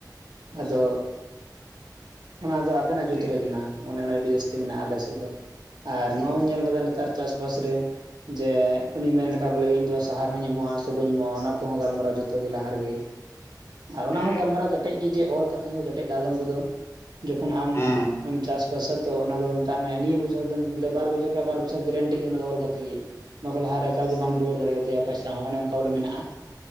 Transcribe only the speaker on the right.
ᱟᱫᱚ ᱚᱱᱟ ᱫᱚ ᱟᱵᱮᱱᱟᱜ ᱡᱩᱛ
ᱨᱮ ᱠᱟᱱᱟ᱾ ᱚᱱᱮ ᱚᱱᱟ ᱟᱹᱰᱤ ᱡᱟᱹᱥᱛᱤ ᱢᱮᱱᱟᱜᱼᱟ ᱟᱞᱮᱥᱮᱫ ᱫᱚ ᱟᱨ
ᱱᱚᱣᱟ ᱦᱚᱸᱧ ᱧᱮᱞ ᱟᱠᱟᱫᱟ ᱱᱮᱛᱟᱨ- ᱪᱟᱥᱵᱟᱥ ᱨᱮ ᱡᱮ ᱩᱱᱤ ᱢᱮᱱ ᱞᱮᱠᱷᱟᱡ ᱵᱚᱞᱮ ᱤᱧ ᱫᱚ ᱥᱟᱦᱟᱨ ᱦᱚᱸᱧ ᱮᱢᱚᱜᱼᱟ ᱥᱮ ᱵᱟᱹᱧ ᱮᱢᱚᱜᱼᱟ ᱠᱚᱦᱚᱸ ᱜᱟᱞᱢᱟᱨᱟᱣᱟ ᱡᱚᱛᱚ ᱜᱮ ᱞᱟᱦᱟ ᱨᱮᱜᱮ ᱟᱨ ᱚᱱᱟ
ᱦᱚᱸ ᱜᱟᱞᱢᱟᱨᱟᱣ ᱠᱟᱹᱴᱮᱡ ᱜᱮ ᱡᱮ ᱚᱞ ᱠᱟᱛᱮ ᱦᱚᱸ ᱠᱟᱹᱴᱮᱡ ᱫᱟᱫᱚᱢ ᱠᱚᱫᱚ ᱡᱚᱠᱷᱚᱱ ᱟᱢ
ᱪᱟᱥ ᱯᱨᱚᱥᱛᱚ ᱚᱱᱟ ᱫᱚ ᱢᱮᱛᱟᱜ ᱢᱮ, ᱱᱤᱭᱟᱹ ᱵᱚᱪᱷᱚᱨ ᱵᱚᱞ ᱵᱟᱨ ᱵᱚᱪᱷᱚᱨ ᱵᱟᱨ ᱵᱚᱪᱷᱚᱨ ᱜᱮᱨᱮᱱᱴᱤ ᱜᱮ ᱚᱱᱟ ᱫᱚ ᱚᱞ ᱠᱟᱛᱮ ᱜᱮ᱾ ᱱᱚᱣᱟ ᱠᱚ ᱞᱟᱦᱟᱨᱮ ᱮᱠᱟᱞᱮᱢ ᱨᱩᱣᱟᱹᱲ ᱫᱟᱲᱮᱭᱟᱛᱟᱭᱟ ᱯᱚᱭᱥᱟ ᱦᱚᱸ, ᱚᱱᱮ ᱚᱱᱠᱟ ᱵᱚᱞᱮ ᱢᱮᱱᱟᱜᱼᱟ᱾